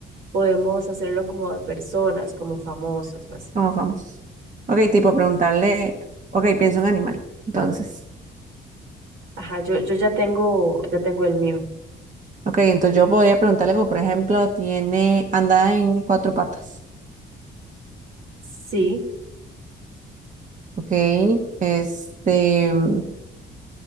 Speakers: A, on the right; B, on the right.
A: podemos hacerlo como de personas, como famosos o así.
B: ¿Cómo vamos? Ok, tipo preguntarle. Ok, pienso en animal. Entonces.
A: Ajá, yo, yo ya tengo, ya tengo el mío.
B: Ok, entonces yo podría preguntarle como, por ejemplo, tiene, anda en cuatro patas.
A: Sí,
B: Ok, este, mm,